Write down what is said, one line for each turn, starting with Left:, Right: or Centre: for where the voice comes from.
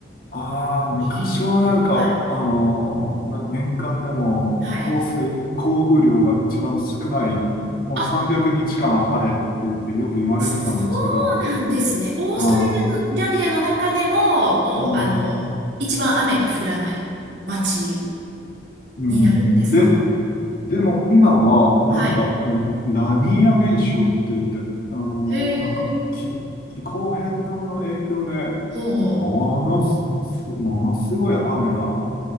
Left: ああ、昔はなんか、
Right: いい。はい。
Left: あのーな年間でも降水、
Right: はい。
Left: 降雨量が一番少ない、もう300日間晴れって言ってよく言われてたんですけど、
Right: あ、そうなんですね。オーストラリアの、
Left: は
Right: リアの中でも、もう、
Left: い。うん。
Right: あの、一番雨が降らない街
Left: うん。
Right: になるんですか
Left: で、でも今は、なんか、
Right: はい。
Left: えーラニーニャ現象って言って、あのーなんか気、
Right: へえ。
Left: 気候変動の影響で、
Right: もう、
Left: ものす、すものすごい雨が